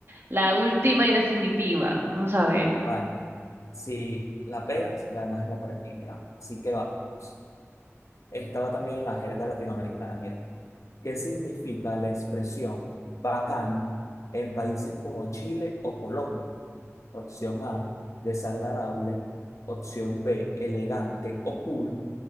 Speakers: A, on the right; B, on the left.
A: la última y definitiva. Vamos a ver,
B: vale, si la pegas, ganas la partida. Así que vamos. Estaba también en la jerga latinoamericana, mira. ¿Qué significa la expresión bacán en países como Chile o Colombia? Opción A, desagradable. Opción B, elegante o cool.